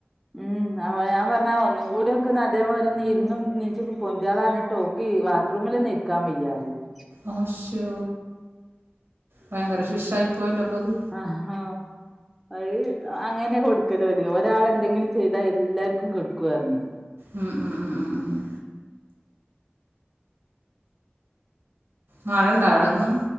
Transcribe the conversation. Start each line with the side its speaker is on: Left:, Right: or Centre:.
Centre: ഉം, അപ്പൊ ഞാൻ പറഞ് ഒന്നും കൂടി ഒക്ക അതെ പോലെ ഇരുന്നും എനിറ്റും ഒക്കെ ഒന്ന് പൊന്തിക്കള് എന്ന് പറഞ്ഞിട്ടും, അവൾ ക്ക് വാ ത്രൂമിൽ ഒന്നും ഇരിക്കാൻ വയ്യ എന്ന് പറയുണ്ട്.
Right: ഓ, ശോ, ഭയങ്കര ശിക്ഷ ആയി പോയല്ലോ? പ്പത്.
Centre: ആ ഹോ അഹ് അങ്ങനെ കൊടുക്കല് ഓല്, ഒരാൾ എന്തെങ്കിലും ചെയ്താ എല്ലാർക്കും കൊടുക്കു പറഞ്.
Right: ഉം ഉം ഉം ഉം. മഴ ഉണ്ടാ? അവിടെ ന്ന്.